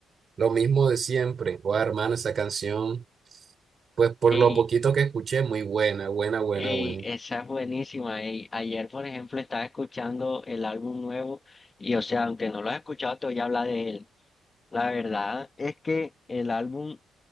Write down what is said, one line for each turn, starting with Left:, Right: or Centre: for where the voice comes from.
Right: Lo mismo de siempre. Oh, hermano, esa canción, pues por
Left: Ey,
Right: lo poquito que escuché, muy buena, buena, buena,
Left: ey,
Right: buena.
Left: esa es buenísima, ey. Ayer, por ejemplo, estaba escuchando el álbum nuevo y, o sea, aunque no lo has escuchado, te voy a hablar de él. La verdad es que el álbum